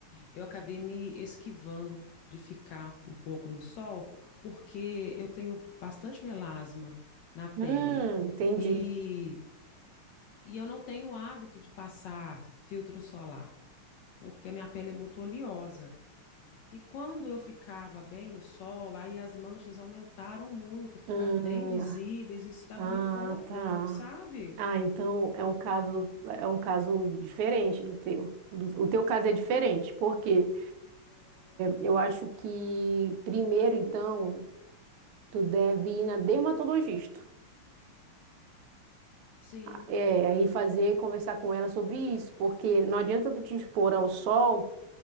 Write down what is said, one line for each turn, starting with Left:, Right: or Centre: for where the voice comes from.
Left: eu acabei me esquivando de ficar um pouco no sol, porque eu tenho bastante melasma na pele
Right: Hum, entendi.
Left: e, e eu não tenho o hábito de passar filtro solar. porque a minha pele é muito oleosa. E quando eu ficava bem no sol, aí as manchas aumentaram muito, ficaram
Right: Hum,
Left: bem visíveis, isso estava
Right: ah,
Left: me incomodando,
Right: tá.
Left: sabe?
Right: Ah, então é um caso, é um caso diferente do teu. Do- O teu caso é diferente, porque eu acho que primeiro, então. Tu deve ir na dermatologista.
Left: Sim,
Right: É, aí fazer, conversar com ela sobre isso, porque não adianta tu te expor ao sol